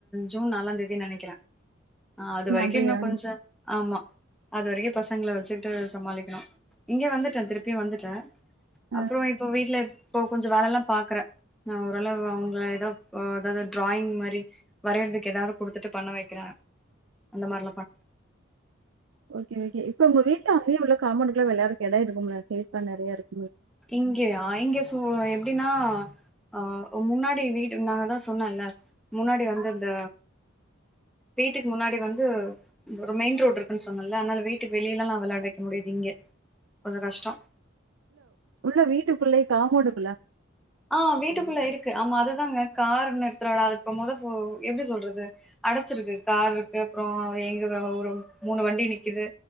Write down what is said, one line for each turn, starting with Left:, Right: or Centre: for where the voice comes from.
Centre: ஜூன் நாளாம் தேதின்னு நினைக்கிறேன் ஆஹ அது
Right: ம்
Centre: வரைக்கும்
Right: அப்படியா?
Centre: இன்னும் கொஞ்சம் ஆமா அதுவரைக்கும் பசங்களை வச்சுக்கிட்டு சமாளிக்கணும் இங்க வந்துட்டேன் திருப்பியும் வந்துட்டேன்
Right: ஆ
Centre: அப்புறம் இப்போ வீட்டு்ல இப்போ கொஞ்சம் வேலை எல்லாம் பாக்குறேன் ஓரளவு அவங்கள ஏதாவது டிராயிங் மாதிரி வரையறதுக்கு ஏதாவது கொடுத்துட்டு பண்ண வைக்கிறேன் அந்த மாதிரி
Right: ஓகே ஓகே இப்ப உங்க வீட்டுல அங்க எவ்ளவு காம்பவுண்டுக்குள்ள வெளாரதுக்கு எட இருக்கும்ல ஸ்பேஸ் எல்லா நெறைய இருக்கு
Centre: இங்கேயா இங்க சு எப்படின்னா ஆஹ் முன்னாடி வீடு நா அதான் சொன்னேன்ல்ல முன்னாடி வந்து இந்த வீட்டுக்கு முன்னாடி வந்து ஒரு மெயின் ரோடு் இருக்குன்னு சொன்னேல்ல அதனால வீட்டுக்கு வெளியிலல்லாம் வெளயாட வைக்க முடியாது இங்க கொஞ்சோ கஷ்டம்
Right: உள்ள வீட்டுக்குள்ளயே காம்போண்டுக்குள்ள
Centre: ஆஹ் வீட்டுக்குள்ள இருக்கு ஆமா அதுதாங்க கார் நிறுத்துரோல்ல அது இப்போ மொதோ எப்பிடி சொல்றது அடச்சிருக்கு கார் இருக்கு அப்புறம் எங்க ஒரு மூணு வண்டி நிக்குது